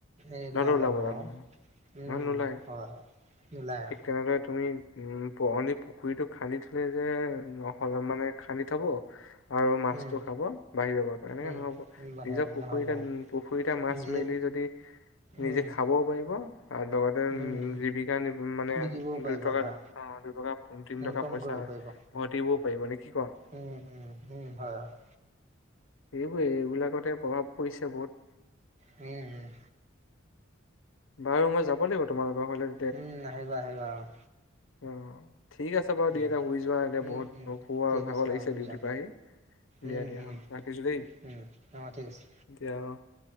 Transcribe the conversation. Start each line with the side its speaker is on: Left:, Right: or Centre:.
Right: এই
Left: নহ'লে
Right: ল
Left: ওলাব
Right: ল'ব
Left: জানো?
Right: অ উম
Left: ইমান নোলায়,
Right: হয় হয় নোলায়
Left: ঠিক তেনেদৰে তুমি উম পুৰণি পুখুৰীটো খান্দি থলে যে নহ'লে মানে খান্দি থব আৰু মাছটো
Right: উম
Left: খাব <unintelligible> এনেকে
Right: উম
Left: নহ'ব
Right: বাহিৰ
Left: নিজৰ পুখুৰীতে
Right: নহ'ব
Left: পুখুৰীতে মাছ
Right: নিজে
Left: মেলি যদি নিজে
Right: উম
Left: খাবও পাৰিবা আৰু লগতে উ
Right: উম
Left: জীৱিকা নি মানে
Right: বিকিবও পাৰিব
Left: দুইটকা
Right: ধৰা
Left: অ দুটকা তিনি
Right: ইনকম
Left: টকা পইচা
Right: কৰিব পাৰিব
Left: ঘতিবও পাৰিবা নে কি কোৱা।
Right: উম, উম, উম! হয়, হয়।
Left: এইবোৰে এইবিলাকতে প্ৰভাৱ পৰিছে বহুত।
Right: উম
Left: বাৰু মই যাব লাগিব তোমালোকৰ ঘৰলে।
Right: উম, আহিবা-আহিবা, অ'।
Left: অ ঠিক আছে বাৰু
Right: উম,
Left: দি এনে শুই যোৱা এনে
Right: উম,
Left: বহুত
Right: উম,
Left: শু আৰু
Right: ঠিক
Left: ভাগৰ
Right: আছে
Left: লাগিছে
Right: অ', হৈ
Left: ডিউটি
Right: যাওক
Left: পৰা আহি।
Right: উম,
Left: দিয়া দিয়া
Right: হুম,
Left: ৰাখিছো দেই
Right: উম অ' ঠিক আছে।
Left: দিয়া অ